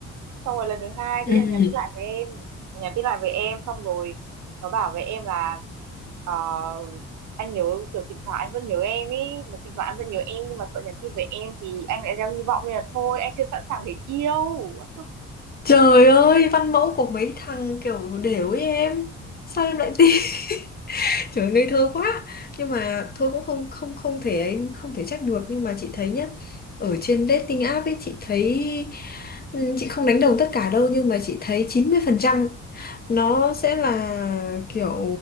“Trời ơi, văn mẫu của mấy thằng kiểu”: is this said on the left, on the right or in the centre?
Left